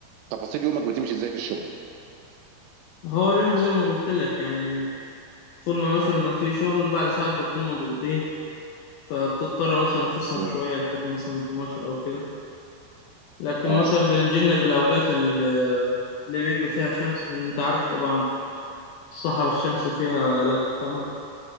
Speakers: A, on the right; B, on the left.
A: تفاصيل يومك بتمشي ازاي في الشغل
B: هو اليوم زي ما قلت لك يعني طول ما مثلا ما في شغل بعد ساعات بنكون مضغوطين فبتضطر مثلا تسهر
A: مم.
B: شوية لحد مثلا 12 أو كده لكن
A: اه
B: مثلا بنتجنب الأوقات ال- اللي بيبقى فيها شمس لأن أنت عارف طبعا الصحراء الشمس فيها لا تحتمل